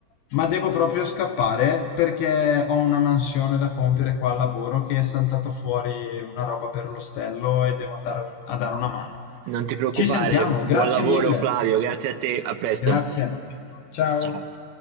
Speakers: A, on the left; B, on the right.
A: ma devo proprio scappare perché ho una mansione da compiere qua al lavoro che è saltato fuori una roba per l'ostello e devo andare a dare una mano.
B: non ti preoccupare.
A: Ci sentiamo,
B: Buon
A: grazie
B: lavoro,
A: mille.
B: Flavio, grazie a te, a presto.
A: Grazie. Ciao.
B: Ciao.